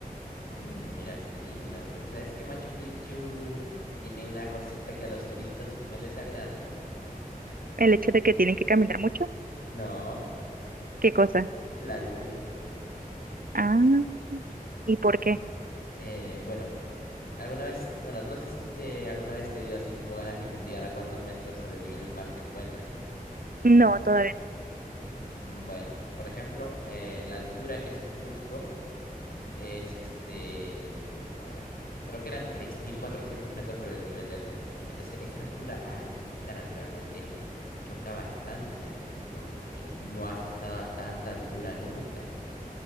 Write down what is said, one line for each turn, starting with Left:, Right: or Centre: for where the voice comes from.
Left: mm, mira qué lindo. Pero ¿sabes que Machu Picchu tiene una cosita que a los turistas no les agrada?
Right: El hecho de que tienen que caminar mucho,
Left: No,
Right: ¿qué cosa?
Left: la altura.
Right: Ah, ¿y por qué?
Left: Eh, bueno, alguna vez, bueno, no sé si te alguna vez te dio así como ganas de investigar a cuántos metros sobre el nivel del mar te encuentras.
Right: No, todavía no.
Left: Mm, Bueno, por ejemplo, eh, la altura que es en Cusco. es este, a ver, creo que eran 3.400 metros sobre el nivel del mar. Entonces, esa altura al turista naturalmente le choca bastante porque no has estado a tanta altura nunca.